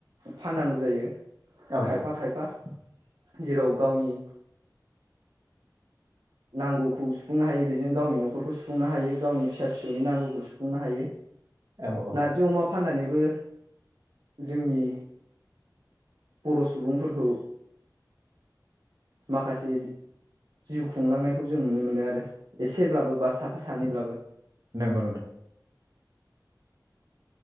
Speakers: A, on the right; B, on the right.
A: फाननांगौ जायो
B: औ
A: खायफा
B: नंगौ।
A: खायफा जेराव गावनि नांगौखौ सुफुंनो हायो बेजों गावनि न'खरखौ सुफुंनो हायो गावनि फिसा फिसौनि नांगौखौ सुफुंनो हायो
B: औ औ
A: नारजि अमा फाननानैबो जोंनि बर' सुबुंफोरखौ माखासे जिउ खुंलांनायखौ जों नुनो मोनदों आरो एसेब्लाबो बा साफा सानैब्लाबो
B: नंगौ नोंथां